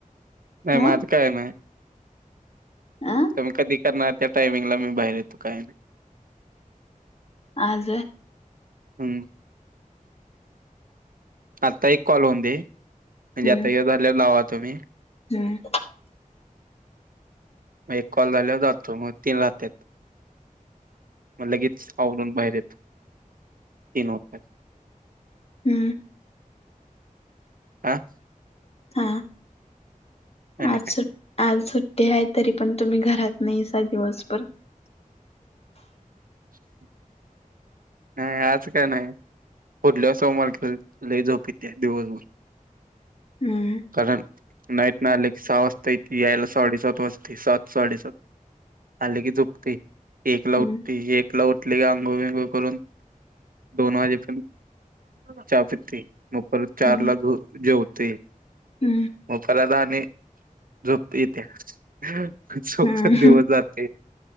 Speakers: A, on the right (about 85°); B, on the left (about 45°).
A: नाही
B: ह
A: माझं कायम आहे.
B: आह
A: तुम्ही कधी करणार त्या टायमिंगला मी बाहेर येतो काय नाही.
B: आज
A: हम्म आता एक कॉल होऊन दे म्हणजे
B: हम्म
A: आता य झाल्यावर लावा तुम्ही.
B: हम्म
A: मग एक कॉल झाल्यावर जातो तीन राहत्यात. मग लगेच आवरून बाहेर येतो तीन होत्यात.
B: हम
A: आह
B: हा
A: आणि
B: आज
A: काय
B: सुट्ट आज सुट्टी आहे तरी पण तुम्ही घरात नाहीसा दिवसभर.
A: <inaudible> नाही आज काय नाही पुढल्या सोमवारी खर लय झोप येतीया दिवसभर.
B: हम्म
A: कारण नाईट ना आलं की सहा वाजता येते यायला साडेसात वाजते सात साडेसात आले की झोपते एकला
B: हम्म
A: उठते एकला उठली की आंघोळ भिंगुळ करून दोन वाजे पर्यंत चहा पिते म परत चारला
B: हम्म
A: झोप जेवतय.
B: हम्म.
A: म परत आणि झोपते येत्या झोपत
B: हम्म
A: दिवस जाते.